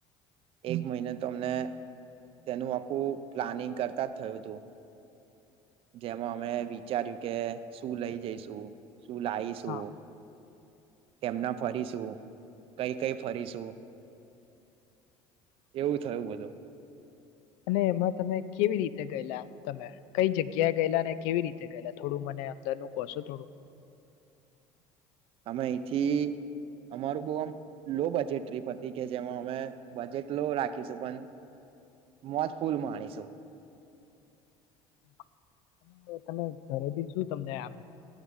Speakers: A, on the right; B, on the left.
A: એક મહિને, તો અમને તેનું આખું પ્લાનિંગ કરતા જ થયું, હતું. જેમાં અમે વિચાર્યું કે શું લઈ, જઈશું શું લાવીશું.
B: હા
A: એમના ફરીશું કઈ, કઈ ફરીશું એવું થયું, બધું
B: હ અને એમાં તમે કેવી રીતે ગયેલા, તમે કઈ જગ્યા ગયેલા, ને કેવી રીતે ગયેલા, થોડું મને ન કશો, થોડું
A: અમે, એહીંથી. અમારું, બહ આમ લો બજેટ ટ્રીપ હતી, કે જેમાં અમે બજેટ લો રાખીશું પણ મોજ, ફૂલમાંણીશું
B: <inaudible> અને તમે ઘરેથી, શું તમને આમ